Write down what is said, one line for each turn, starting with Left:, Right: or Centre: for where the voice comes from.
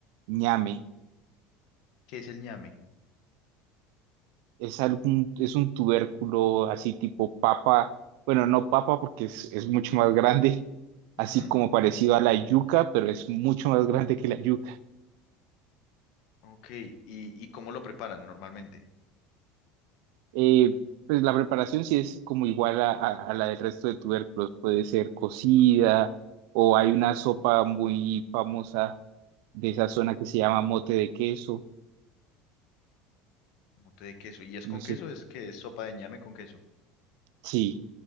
Right: ñame.
Left: ¿Qué es el ñame?
Right: Es algún, es un tubérculo así tipo papa, bueno, no papa porque es, es mucho más grande, así
Left: Ujú,
Right: como parecido a la yuca, pero es mucho más grande que la yuca.
Left: Ok, ¿Y, y cómo lo preparan normalmente?
Right: Eh, pues la preparación sí es como igual a, a- a la del resto de tubérculos, puede ser cocida o hay una sopa muy famosa de esa zona que se llama mote de queso,
Left: Mote de queso. ¿Y es
Right: no
Left: con
Right: sé,
Left: queso? ¿Es que es sopa de ñame con queso?
Right: sí.